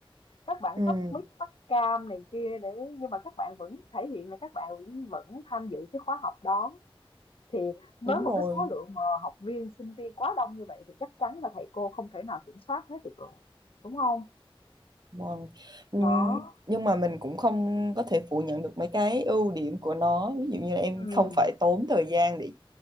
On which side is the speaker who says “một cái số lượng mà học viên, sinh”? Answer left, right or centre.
Left